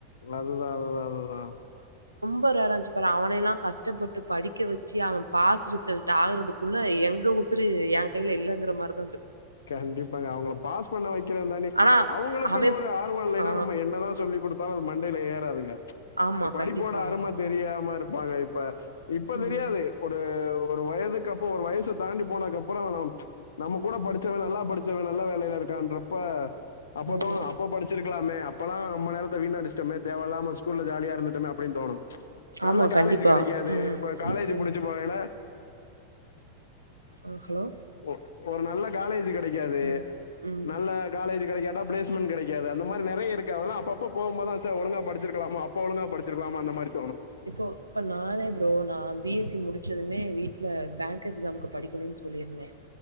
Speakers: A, on the left (about 65°); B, on the right (about 85°).
A: ல அதுதா அதுதா அதுதா
B: ப ரேரா அஞ்சி பேர் அவனையெல்லா கஸ்டப்பட்டு படிக் க்க வச்சு அவ பாஸ் ரிசல்ட் ஆகுறதுக்குள்ள எங்க உசு <unintelligible> ஏ கைல இல்லங்குற மார்
A: கண்டிப்பாங்க அவுங்கள பாஸ் பண்ண வைக்கிற தண்டி
B: ஆனா
A: அவுங்களுக்குன்னு
B: அவன்
A: ஒரு ஆர்வ இல்லைனா
B: ஆ
A: நம்ம என்னதா சொல்லி் குடுத் பா அது மண்டைல ஏறாதுங்க
B: ஆமா
A: எ படிப்போட
B: கண்டிப்பா.
A: அரும தெரியாம
B: ம்,
A: இருப்பாங்க இப் ப இப்ப
B: ம்,
A: தெரியாது ஒரு ஒரு வயதுக்கு அப்போ ஒரு வயசு தாண்டி போனதுக்கு அப்புறொ நம்ம கூட படிச் ச்சவ நல்லா படிச்சவ நல்ல வேலைல இருக்கான்றப்ப அப்ப
B: ம்.
A: தோணு அப்ப படிச்சிருக்லாமே அப்பலா நம்ம நேரத்த வீண் அடிச்டொமே தேவலாம ஸ்கூல்ல ஜாலியா இருந்துட்டொமெ அப்டின் தோணு நல்லா
B: ஆமா
A: காலேஜி
B: கண்டிப்பா.
A: கெடைக்காது
B: ம்,
A: அப்ப காலேஜி
B: ம்.
A: முடிச்சி போகைல
B: ஆ ஹலோ
A: ஒ ஒரு நல்ல காலேஜ்ஜூ கா டைக்காது
B: ம், ம்.
A: நல்ல காலேஜ் கடைக்காட்டா ப்ளேஸ்மென்ட் கிடைக்காது அந்த மாரி நிறைய இருக்கு அதெல்லாம் அப்பப்ப போம் போதெல்லாம் ச ஒழுங்கா படிச்சு சிருக்கலாம அப்ப ஒழுங்கா படிச்சிருக்கலாமோ அந்த மாதி
B: இப்போ இப்ப நானே ப்ரோ நான் பி எஸ் சி முடிச் ச்சதுமே வீட்ல பேங்க் எக்ஸாம்க்கு படிக்கணும்னு சொல்லியிருந்தேன்